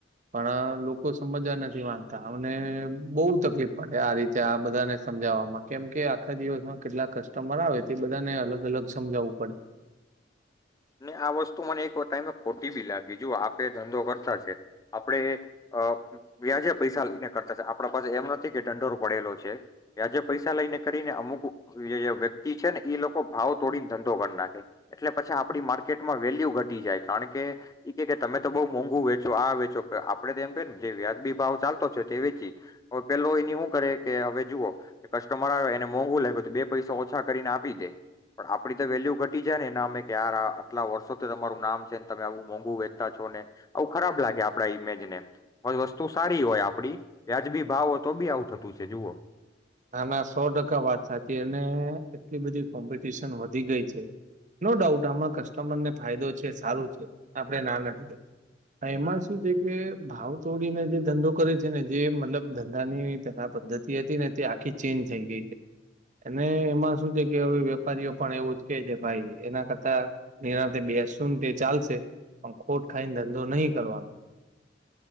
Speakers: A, on the right (about 40°); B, on the left (about 20°).
A: પણ લોકો સમજવા નથી માંગતા. અમને બહુ તકલીફ પડે આ રીતે આ બધાને સમજાવામાં, કેમ કે આખા દિવસમાં કેટલાક કસ તમારા આવે તે બધાને અલગ-અલગ સમજાવવું પડે.
B: ને આ વસ્તુ મને એક વ ટાઇમે ખોટી બી લાગી. જુઓ આપે ધંધો કરતા છે, આપડે એ અહ વ્યાજે પૈસા લઈને કરતા છે, આપડા પાસે એમ નથી કે ઢંઢોરો પડેલો છે. વ્યાજે પૈસા લઈને કરીને અમુક વ વ્યક્તિ છે ને ઈ લોકો ભાવ તોડીને ધંધો કર નાખે. એટલે પછી આપડી માર્કેટમાં વેલ્યુ ઘટી જાય, કારણ કે ઈ કે કે તમે તો બહું મોંઘુ વેચો, આ વેચો આપડે તો એમ કેને જે વ્યાજબી ભાવ ચાલતો છે તે વેચીએ. હવે પેલો એની હું કરે કે હવે જુઓ કસ્ટમર આવે એને મોંઘુ લાયગુ તો બે પૈસા ઓછા કરીને આપી દે, પણ આપડી તો વેલ્યુ ઘટી જાય ને. ને અમે કે આરા આટલા વર્ષો થી તમારું નામ છે, ને તમે આવું મોંઘું વેચતા છો ને, આવું ખરાબ લાગે આપડા ઈમેજ ને. પણ વસ્તુ સારી હોય આપડી, વ્યાજબી ભાવ હોય તો બી આવું થતું છે જુઓ!
A: ના, ના સો ટકા વાત સાચી અને એટલી બધી કોમ્પિટિશન વધી ગઈ છે. નો ડાઉટ આમાં કસ્ટમરને ફાયદો છે, સારું છે, આપડે ના નથી કેતા. એમાં શું છે કે ભાવ તોડીને જે ધંધો કરે છે ને જે મતલબ ધંધાની પેલા પદ્ધતિ હતી ને તે આખી ચેન્જ થઈ ગઈ છે. અને એમાં શું છે કે હવે વેપારીઓ પણ એવું જ કે છે ભાઈ એના કરતા નિરાંતે બેશું ને તે ચાલશે પણ ખોટ ખાઈને ધંધો નઈ કરવાનો.